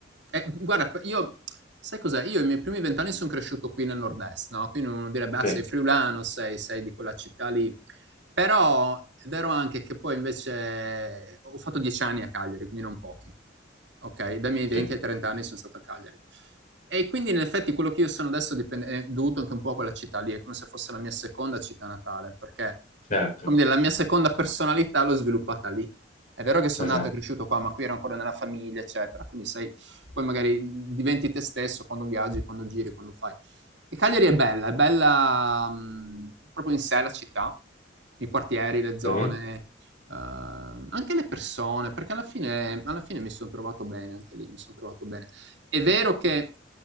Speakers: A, on the right (about 70°); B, on the left (about 45°).
A: Eh, guarda, io, sai cos'è? Io i miei primi vent'anni sono cresciuto qui nel nord-est, no? Quindi uno direbbe, ah,
B: Sì,
A: sei friulano, sei, sei di quella città lì. Però è vero anche che poi invece ho fatto dieci anni a Cagliari, quindi non pochi. Ok, dai miei 20
B: sì,
A: ai 30 anni sono stato a Cagliari. E quindi in effetti quello che io sono adesso dipende- è dovuto anche un po' a quella città lì, è come se fosse la mia seconda città natale, perché
B: certo,
A: come dire, la mia seconda personalità l'ho sviluppata lì. È vero che sono
B: esatto.
A: nato e cresciuto qua, ma qui ero ancora nella famiglia, eccetera. Quindi sai, poi magari diventi te stesso quando viaggi, quando giri, quando fai. E Cagliari è bella, è bella mh, proprio in sé la città, i quartieri, le
B: Sì,
A: zone ehm, anche le persone, perché alla fine, alla fine mi sono trovato bene anche lì, mi sono trovato bene. È vero che